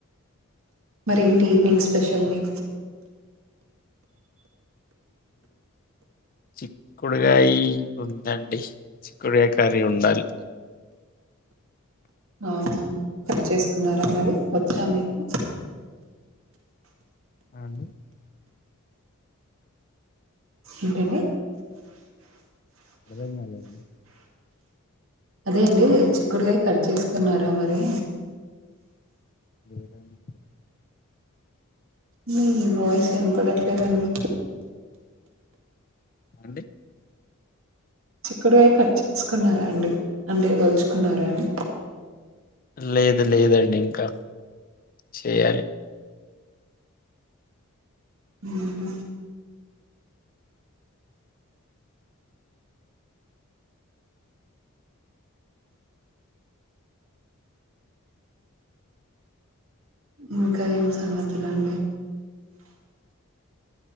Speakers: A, on the right (about 75°); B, on the left (about 40°).
A: మరి ఏంటి ఈవినింగ్ స్పెషల్ మీకు
B: చిక్కుడుగాయ్ ఉందండి చిక్కుడుగాయ్ కర్రి ఉండాలి
A: అవునా చేసుకున్నారా మరి వచ్చా మీకు
B: అ అండి
A: ఏంటిది
B: అర్ధం కాలేదండి
A: అదే అండి చిక్కుడుకాయ కట్ చేసుకున్నారా మరి
B: లేదండి
A: మీ వాయిస్ వినపడట్లేదండి
B: అండి
A: చిక్కుడుకాయ్ కట్ చేసుకున్నారా అండి అంటే ఒలుచుకున్నారా అని
B: లేదు లేదండి ఇంకా చేయ్యాలి
A: ఉ హు ఇంకా ఏం సంగతులండి